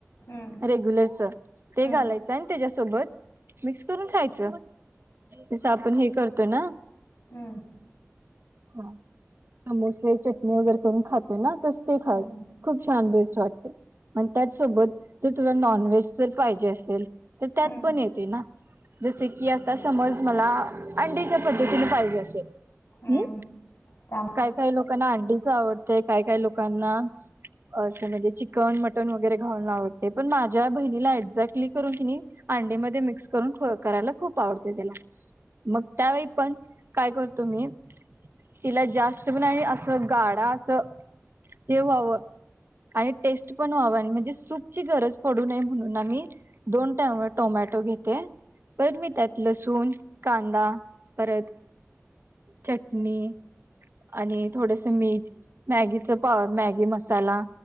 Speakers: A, on the left; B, on the right.
A: हम्म
B: रेग्युलरच ते
A: हम्म
B: घालायच आणि ना त्याच्यासोबत मिक्स करून खायच तस आपण हे करतो ना.
A: हम्म
B: हा समोसे चटणी वगैरे करून खातो ना तस ते खायच.
A: हम्म
B: खूप छान बेस्ट वाटते आणि त्याचसोबत जर तुला नॉन व्हेज जर पाहिजे असेल तर त्यात
A: हम्म
B: पण येते ना. जसे की आता समज मला अंडीच्या पद्धतीने पाहिजे असेल
A: हम्म
B: हम्
A: त्या
B: काय काय लोकांना अंडीच आवडतंय काय काय लोकांना असं म्हणजे चिकन, मटन वगैरे घालून आवडतय, पण माझ्या बहिणीला एक्झॅक्टली करून कीनी अंडीमध्ये मिक्स करून करायला खूप आवडते त्याला. मग त्यावेळी पण काय करतो मी तीला जास्त बी नाही असं गाडा असं हे व्हावं आणि टेस्ट पण व्हाव, आणि म्हणजे सूपची गरज पडू नये म्हणून आम्ही दोन टाम- टोमॅटो घेते परत मी त्यात लसूण, कांदा, परत चटणी आणि थोडस मीठ, मॅगीच पा मॅगी मसाला